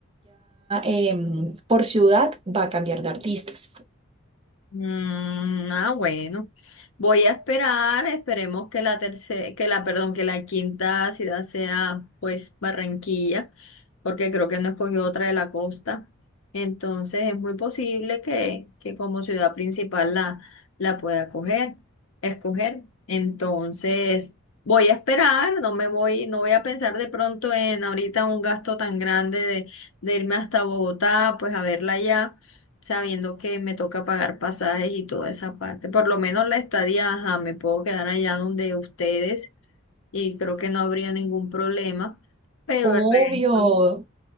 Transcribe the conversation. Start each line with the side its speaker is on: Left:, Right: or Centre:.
Right: em, por ciudad va a cambiar de artistas.
Left: Mm, ah, bueno. Voy a esperar, esperemos que la tercera, que la, perdón, que la quinta ciudad sea pues Barranquilla, porque creo que no escogió otra de la costa. Entonces es muy posible que, que como ciudad principal la, la pueda coger, escoger. Entonces voy a esperar, no me voy, no voy a pensar de pronto en ahorita un gasto tan grande de, de irme hasta Bogotá, pues a verla allá sabiendo que me toca pagar pasajes y toda esa parte. Por lo menos la estadía, ajá, me puedo quedar allá donde ustedes y creo que no habría ningún problema, pero
Right: Obvio,
Left: el resto.